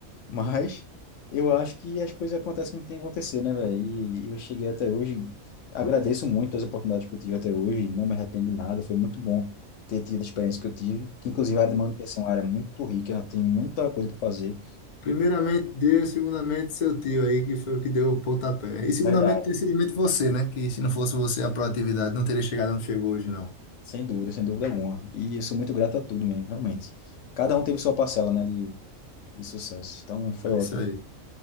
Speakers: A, on the left; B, on the left.
A: mas eu acho que as coisas acontecem como tem que acontecer, né, velho? E eu cheguei até hoje, agradeço muito as oportunidades que eu tive até hoje, não me arrependo de nada, foi muito bom ter tido a experiência que eu tive, que inclusive a área de manutenção é uma área muito rica, tem muita coisa para fazer.
B: Primeiramente Deus, segundamente seu tio aí, que foi o que deu o pontapé. E segundamente,
A: Verdade.
B: terceiramente você, né? Que se não fosse você, a proatividade não teria chegado onde chegou hoje, não.
A: Sem dúvida, sem dúvida alguma. E eu sou muito grato a tudo mesmo, realmente. Cada um teve sua parcela, né, de, de sucesso. Então, foi ótimo.
B: É Isso aí.